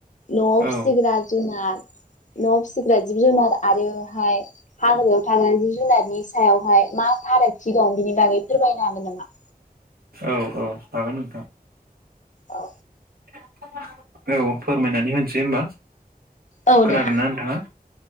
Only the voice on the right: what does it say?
औ
औ औ हागोन नोंथां
<unintelligible> औ फोरमायनानै होनसै होमबा
खोनादोंना
नोंथाङा